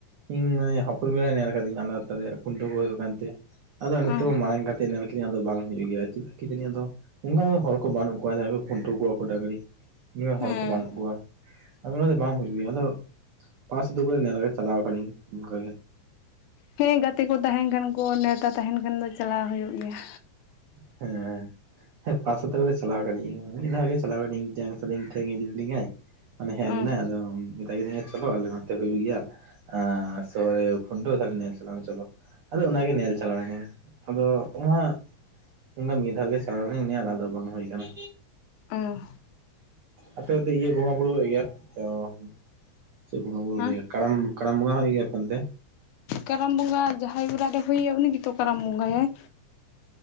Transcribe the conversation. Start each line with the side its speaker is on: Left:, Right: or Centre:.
Right: ᱦᱩᱸ ᱮ <unintelligible> ᱧᱮᱞ ᱟᱠᱟᱫᱤᱧ ᱟᱞᱮ ᱟᱛᱳ ᱨᱮ ᱠᱷᱩᱱᱴᱟᱹᱣ ᱠᱚ ᱦᱩᱭᱩᱜ ᱠᱟᱱ ᱛᱮ᱾ ᱟᱫᱚ ᱱᱤᱛᱚᱜ
Left: ᱚ
Right: ᱢᱟᱲᱟᱝ ᱠᱟᱛᱮ ᱱᱮᱞᱠᱤᱫᱟᱹᱧ ᱟᱫᱚ ᱵᱟᱝ ᱦᱩᱭᱩᱜ ᱜᱮᱭᱟ ᱪᱮᱫ ᱠᱤ ᱡᱟᱹᱱᱤ ᱟᱫᱚ ᱚᱱᱠᱟ ᱦᱚᱲ ᱠᱚ ᱵᱟᱹᱱᱩᱜ ᱠᱚᱣᱟ᱾ ᱡᱟᱦᱟᱸᱭ ᱠᱚ ᱠᱷᱩᱱᱴᱟᱹᱣ ᱠᱚᱣᱟ ᱠᱚ ᱰᱟᱝᱨᱤ, ᱩᱱᱟᱹᱜ
Left: ᱦᱮᱸ
Right: ᱦᱚᱲ ᱠᱚ ᱵᱟᱹᱱᱩᱜ ᱠᱚᱣᱟ᱾ ᱟᱞᱮ ᱱᱚᱰᱮ ᱫᱚ ᱵᱟᱝ ᱦᱩᱭᱩᱜ ᱜᱮᱭᱟ ᱟᱫᱚ ᱯᱟᱸᱥ ᱟᱛᱩ <unintelligible> ᱪᱟᱞᱟᱣ ᱟᱠᱟᱱᱟᱧ ᱚᱱᱠᱟ ᱜᱮ᱾
Left: ᱦᱮᱸ ᱜᱟᱛᱮ ᱠᱚ ᱛᱟᱦᱮᱱ ᱠᱷᱟᱱ ᱠᱚ ᱱᱮᱣᱛᱟ ᱛᱟᱦᱮᱱ ᱠᱷᱟᱱ ᱫᱚ ᱪᱟᱞᱟᱣ ᱦᱩᱭᱩᱜ ᱜᱮᱭᱟ᱾
Right: ᱦᱮᱸ᱾ ᱦᱮ ᱯᱟᱥ ᱟᱛᱳ ᱠᱚᱫᱚ ᱪᱟᱞᱟᱣ ᱠᱟᱹᱧ ᱜᱮᱭᱟᱹᱧ ᱢᱤᱫ ᱫᱷᱟᱣ ᱜᱮ ᱪᱟᱞᱟᱣ ᱠᱟᱱᱟᱹᱧ ᱤᱧ <unintelligible> ᱢᱟᱱᱮ ᱦᱮᱡ
Left: ᱚ
Right: ᱞᱮᱱᱟᱭ ᱟᱫᱚ ᱢᱮᱛᱟᱭ ᱠᱟᱹᱫᱤᱧᱟ ᱪᱚᱞᱚ ᱟᱞᱮ ᱱᱚᱛᱮ ᱦᱩᱭᱩᱜ ᱜᱮᱭᱟ᱾ ᱟ ᱥᱮ ᱠᱷᱩᱱᱴᱟᱹᱣ <unintelligible> ᱧᱮᱞ ᱪᱟᱞᱟᱣ ᱟᱞᱟᱝ ᱪᱚᱞᱚ᱾ ᱟᱫᱚ ᱚᱱᱟ ᱜᱮ ᱧᱮᱞ ᱪᱟᱞᱟᱣ ᱦᱮᱸ ᱟᱫᱚ ᱚᱱᱟ ᱚᱱᱟ ᱢᱤᱫ ᱫᱷᱟᱣ ᱜᱮ ᱪᱟᱞᱟᱣ ᱞᱮᱱᱟᱹᱧ ᱧᱮᱞ ᱟᱫᱚ ᱵᱟᱝ ᱦᱩᱭ ᱠᱟᱱᱟ᱾
Left: ᱚ
Right: ᱟᱯᱮ ᱚᱱᱛᱮ ᱤᱭᱟᱹ ᱵᱚᱸᱜᱟ ᱵᱩᱨᱩ ᱦᱩᱭᱩᱜ ᱜᱮᱭᱟ? ᱮᱸ ᱪᱮᱫ ᱵᱚᱸᱜᱟ ᱵᱩᱨᱩ
Left: ᱦᱮᱸ
Right: ᱞᱟᱹᱭᱟ ᱠᱟᱨᱟᱢ ᱠᱟᱨᱟᱢ ᱵᱚᱸᱜᱟ ᱦᱩᱭᱩᱜ ᱜᱮᱭᱟ ᱟᱯᱮ ᱚᱱᱛᱮ?
Left: ᱠᱟᱨᱟᱢ ᱵᱚᱸᱜᱟ ᱡᱟᱦᱟᱸᱭ ᱚᱨᱟᱜ ᱨᱮ ᱦᱩᱭᱩᱭᱼᱟ ᱩᱱᱤ ᱜᱮᱛᱚ ᱠᱟᱨᱟᱢ ᱵᱚᱸᱜᱟ ᱭᱟᱭ᱾